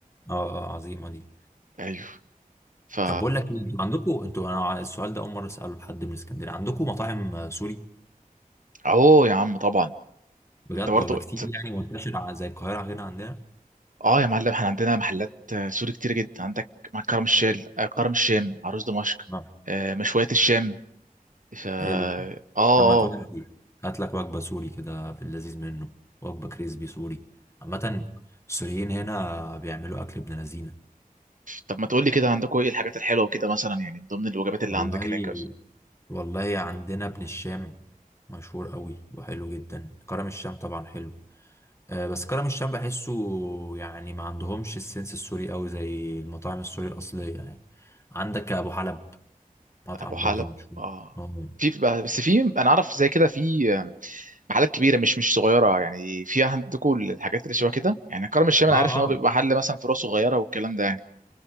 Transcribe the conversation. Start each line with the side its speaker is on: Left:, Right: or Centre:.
Left: اه آه، عظيمة دي
Right: ايوه ف
Left: طب بقول لك ايه انتوا عندكم انتوا انا السؤال ده اول مره اساله لحد من اسكندريه عندكم مطاعم آه، سوري
Right: اهو يا عم طبعا
Left: بجد
Right: انت برضه
Left: ولا كتير يعني منتشره ع- زي القاهره هنا عندنا
Right: اه يا معلم احنا عندنا محلات آه، سوري كتير جدا عندك مع كرم الشال آه، كرم الشام عروس دمشق
Left: نعم.
Right: آه، مشويات الشام ف اه
Left: حلو
Right: اه
Left: لما تودي
Right: آه.
Left: هات لك وجبه سوري كده في اللذيذ منه وجبه كريسبي سوري عامه السوريين هنا بيعملوا اكل ابن لذينه
Right: طب ما تقول لي كده عندكم ايه الحاجات الحلوه وكده مثلا يعني من ضمن الوجبات اللي
Left: والله
Right: عندك هناك بس.
Left: والله عندنا ابن الشام مشهور قوي وحلو جدا كرم الشام طبعا حلو آه، بس كرم الشام بحسه يعني ما عندهمش السنس السوري قوي زي المطاعم السوري الأصلية يعني عندك أبو حلب مطعم
Right: ابو حلب
Left: برضو مشهور
Right: اه
Left: اه
Right: في بقى- بس في انا اعرف زي كده في آه، محلات كبيره مش مش صغيره يعني في عندكم الحاجات اللي شبه كده يعني كرم الشام انا
Left: اه
Right: عارف ان هو بيبقى محل مثلا فروع صغيره والكلام ده يعني